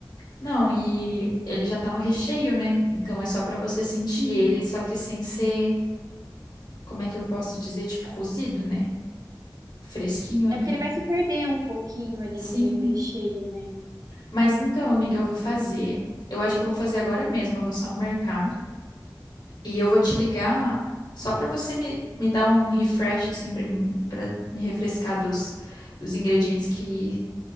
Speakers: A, on the left; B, on the right.
A: Não, e ele já tá no recheio, né? Então é só pra você sentir
B: Sim.
A: ele, só que sem ser, como é que eu posso dizer, tipo cozido, né? Fresquinho ali.
B: É porque ele vai se perder um pouquinho ali
A: Sim.
B: no meio do recheio, né?
A: Mas então, amiga, eu vou fazer. Eu acho que eu vou fazer agora mesmo, eu vou só no mercado. E eu vou te ligar só pra você me, me dar um refresh, assim, pra, mim- pra me refrescar dos, dos ingredientes que